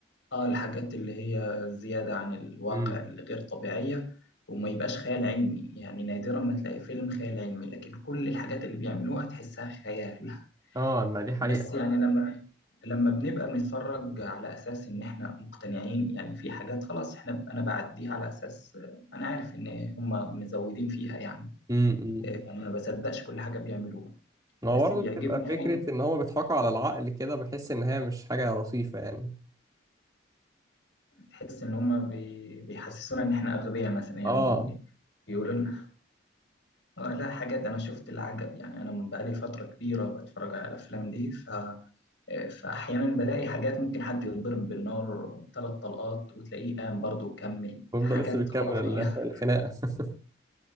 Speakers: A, on the left (about 80°); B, on the right (about 20°).
A: اه الحاجات اللي هي زيادة عن الواقع
B: امم
A: الغير طبيعية وما يبقاش خيال علمي يعني نادرا ما تلاقي فيلم خيال علمي لكن كل الحاجات اللي بيعملوها تحسها خيال <laughs>
B: اه ما دي حقيقه
A: بس يعني لما لما بنبقى بنتفرج على أساس إن إحنا مقتنعين يعني في حاجات خلاص إحنا أنا بعديها على أساس آه، أنا عارف إن هما مزودين فيها يعني
B: امم
A: آه، يعني ما بصدقش كل حاجة بيعملوها
B: هو
A: بس
B: برضه
A: بيعجبني
B: بتبقى فكره
A: فيهم
B: ان هو بيضحكوا على العقل كده بحس ان هي مش حاجه لطيفه يعني
A: تحس إن هما بي- بيحسسونا إن إحنا أغبياء مثلا يعني
B: اه
A: بيقولوا لنا آه لا حاجات أنا شفت العجب يعني أنا من بقالي فترة كبيرة بتفرج على الأفلام دي ف... آه، فأحيانا بلاقي حاجات ممكن حد يتضرب بالنار ثلاث طلقات وتلاقيه قام برضه وكمل
B: ويفضل
A: حاجات
B: لسه بيكمل
A: خرافية
B: ال-
A: <laughs>
B: الخناقه <laughs>